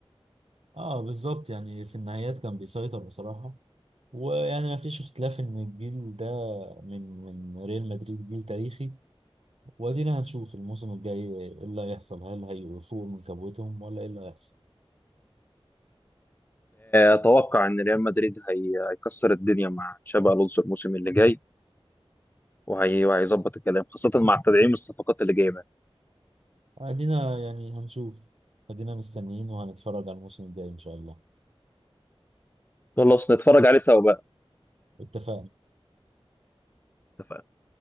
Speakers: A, on the right; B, on the left.
A: آه بالظبط يعني في النهايات كان بيسيطر بصراحة ويعني ما فيش اختلاف ان الجيل ده من من ريال مدريد جيل تاريخي وادينا هنشوف الموسم الجاي ايه اللي هيحصل هل هيفوقوا من كبوتهم ولا ايه اللي هيحصل
B: اتوقع ان ريال مدريد هي- هيكسر الدنيا مع تشابي الونسو الموسم اللي جاي وهي- وهيظبط الكلام خاصه مع تدعيم الصفقات اللي جايبها
A: ادينا يعني هنشوف ادينا مستنيين وهنتفرج على الموسم الجاي ان شاء الله
B: خلاص نتفرج عليه سوا بقى
A: اتفقنا
B: اتفقنا